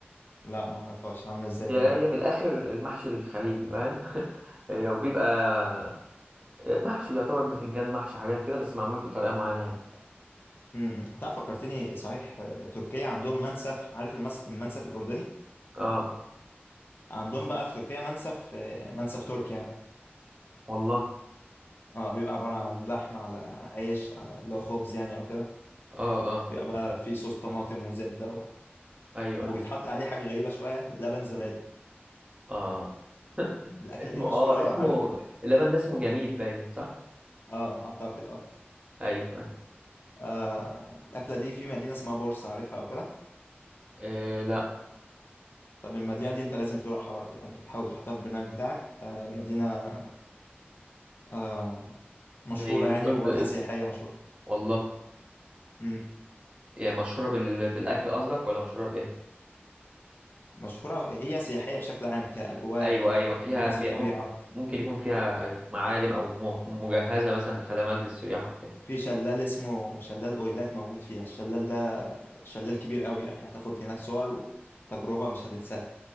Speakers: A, on the left; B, on the right.
A: لا ما اعرفهاش عاملة ازاي
B: هي
A: الدنيا
B: هي من الاخر المحشي الخليجي فاهم <laughs> هي وبيبقى محشي يعتبر بتنجان محشي حاجات كده بس معمول بطريقة معينة يعني
A: امم امم. تعرف فكرتني صحيح آه، تركيا عندهم منسف عارف المس... المنسف الأردني
B: اه
A: عندهم بقى في تركيا منسف آه، منسف تركي يعني
B: والله
A: اه بيبقى عبارة عن لحمة على عيش على اللي هو خبز يعني أو كده
B: اه اه
A: بيبقى بقى فيه صوص طماطم وزبدة و...
B: ايوه
A: وبيتحط
B: ايوه
A: عليه حاجة غريبة شوية لبن زبادي
B: اه
A: الأكلة
B: اسمه
A: دي مشهورة
B: اه اسمه
A: عارف
B: اللبن ده اسمه جميد باين صح
A: اه أعتقد اه
B: ايوه ايوه
A: آه، الأكلة دي في مدينة اسمها بورس عارفها أو كده
B: آه لا
A: طب المدينة دي أنت لازم تروحها برضو يعني حاول تحطها في البرنامج بتاعك آه، مدينة آه، مشهورة
B: زي ما
A: يعني
B: تقول
A: وواجهة
B: ب-
A: سياحية مشهورة
B: والله
A: مم.
B: يعني مشهورة بال... بالاكل قصدك ولا مشهورة بايه
A: مشهورة هي سياحية بشكل عام كأجواء
B: ايوه
A: كمناظر
B: ايوه فيها فيها
A: طبيعة
B: مم- ممكن يكون فيها ايوه معالم او م... مجهزة مثلا بخدمات للسياح أو كده.
A: في شلال اسمه شلال أويلات موجود فيها الشلال ده شلال كبير قوي يعني هتاخد هناك صور وتجربة مش هتنساها